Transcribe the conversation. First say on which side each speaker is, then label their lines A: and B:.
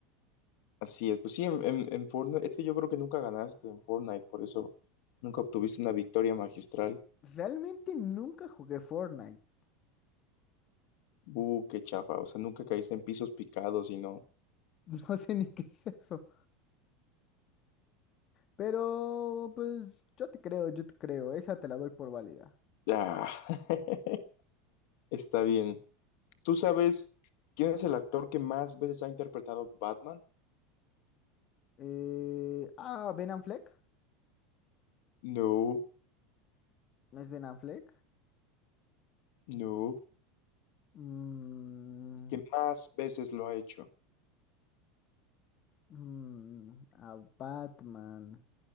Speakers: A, on the left; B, on the left.
A: Así es, pues sí, en, en- en Fortnite, es que yo creo que nunca ganaste en Fortnite, por eso nunca obtuviste una victoria magistral.
B: Realmente nunca jugué Fortnite.
A: Uh, qué chafa. O sea, nunca caíste en pisos picados y no.
B: <laughs> No sé ni qué es eso. Pero, pues, yo te creo, yo te creo. Esa te la doy por válida.
A: Ah, <laughs> está bien. ¿Tú sabes quién es el actor que más veces ha interpretado a Batman?
B: Eh, ah, Ben Affleck.
A: No,
B: ¿No es Ben Affleck?
A: no.
B: Mm,
A: ¿Que más veces lo ha hecho?
B: mm, a Batman.